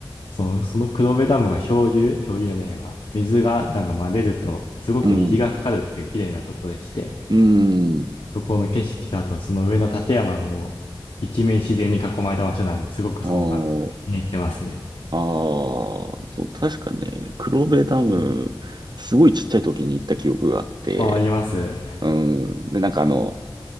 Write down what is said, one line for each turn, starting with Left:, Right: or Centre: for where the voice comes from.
Left: その、その黒部ダムが漂流漂流じゃねえわ。水がなんか混ぜると、すごく虹がかかるっていう綺麗なところでして、
Right: うんうん。うん。
Left: そこの景色とあと、その上の立山がもう一面自然に囲まれた場所なので、すごくそこが気に入ってますね。
Right: おー、ああ、そう、確かね、黒部ダム、
Left: うん。
Right: すごいちっちゃい時に行った記憶があって、
Left: あ、あります。
Right: うん。で、なんかあの、